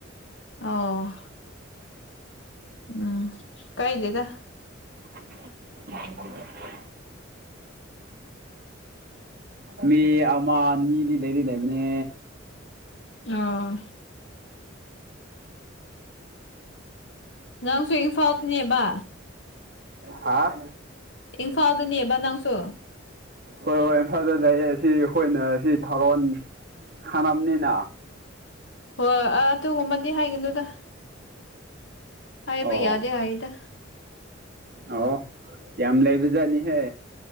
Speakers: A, on the left; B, on the right.
A: ꯑꯣ ꯎꯝ ꯀꯥꯏꯗꯦꯗ
B: <unintelligible> ꯃꯤ ꯑꯃꯅꯤꯗꯤ ꯂꯩꯗꯤ ꯂꯩꯕꯅꯦ꯫
A: ꯑꯣ ꯅꯪꯁꯨ ꯏꯝꯐꯥꯜꯇꯅꯦꯕ꯫
B: ꯍꯥꯥ
A: ꯏꯝꯐꯥꯜꯗꯅꯦꯕ ꯅꯪꯁꯨ꯫
B: ꯍꯣꯏ ꯍꯣꯏ ꯏꯝꯐꯥꯜꯗ ꯂꯩꯌꯦ ꯑꯁꯤ ꯑꯩꯈꯣꯏꯅ ꯁꯤ ꯊꯥꯔꯣꯟ <unintelligible>
A: ꯍꯣꯏ ꯑꯗꯨꯒꯨꯝꯕꯗꯤ ꯍꯥꯏꯒꯅꯨꯗ ꯍꯥꯏꯕ
B: ꯑꯣ
A: ꯌꯥꯗꯦ ꯍꯥꯏꯗ
B: ꯑꯣ ꯌꯥꯝ ꯂꯩꯕꯖꯥꯠꯅꯤꯍꯦ꯫